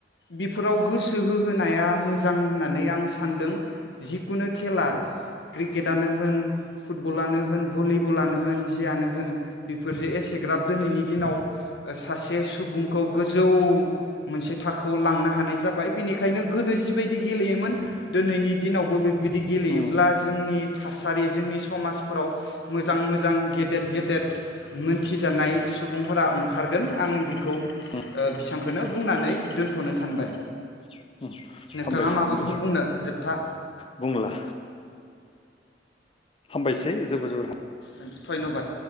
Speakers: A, on the left; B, on the left.
A: बिफोराव गोस सो होहोनाया मोजां होननानै आं सानदों जिकुनु खेला क्रिकेटानो होन फुटबलानो होन भलिबलानो होन जियानो होन बि फोरजो एसेग्राब दोनैनि दिनाव ओ सासे सुबुंखौ गोजौ मोनसे थाखोआव लांनो हानाय जाबाय बिनिखायनो गोदो जिबायदि गेलेयोमोन दोनैनि दिनाव बो बे बिदि गेलेयोब्ला
B: उम
A: जोंनि थासारि जोंनि समाजफोराव मोजां मोजां गेदेद गेदेद मोनथिजानाय सुबुंफोरा ओंखारगोन आं बि खौ ओ
B: उम
A: बिसां खोनो बुंनानै दोन्थ'नो सानबाय
B: उम उम
A: नोंथाङा
B: हामबायसै
A: माबाफोर
B: हामबायसै
A: बुंनो जोबथा
B: बुंला हामबायसै जोबोर जोबोर हाम
A: ओं धन्यबाद।